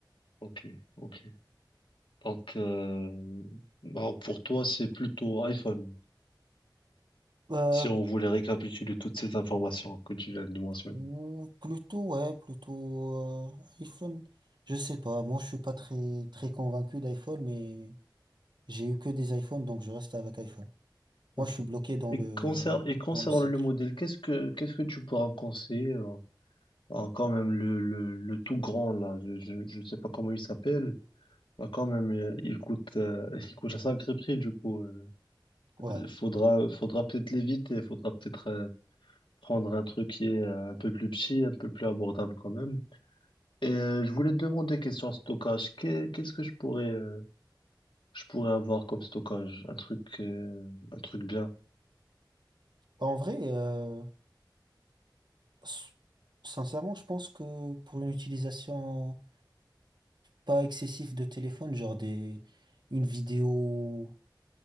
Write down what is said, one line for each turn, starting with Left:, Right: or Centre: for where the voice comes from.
Left: Ok, ok. Donc, euh, bon, pour toi, c'est plutôt iPhone.
Right: Euh,
Left: Si on voulait récapituler toutes ces informations que tu viens de mentionner.
Right: ou plutôt, ouais, plutôt euh, iPhone. Je sais pas, moi je suis pas très, très convaincu d'iPhone, mais j'ai eu que des iPhones, donc je reste avec iPhone.
Left: Ok.
Right: Moi, je suis bloqué dans
Left: Et,
Right: le,
Left: concer- et concernant
Right: dans le cycle.
Left: le modèle, qu'est-ce que qu'est-ce que tu pourras me conseiller? euh, ah, quand même, le, le, le tout grand, là, je, je, je sais pas comment il s'appelle. Ah, quand même, euh, il coûte, euh, il coûte un sacré prix, du coup. euh,
Right: Ouais.
Left: euh, faudra, faudra peut-être l'éviter, faudra peut-être euh, prendre un truc qui est euh, un peu plus petit, un peu plus abordable quand même. Et euh, je voulais te demander, question stockage, qu'est- qu'est-ce que je pourrais, euh, je pourrais avoir comme stockage? Un truc, euh, un truc bien.
Right: Bah, En vrai, euh, s- sincèrement, je pense que pour une utilisation pas excessive de téléphone, genre des, une vidéo,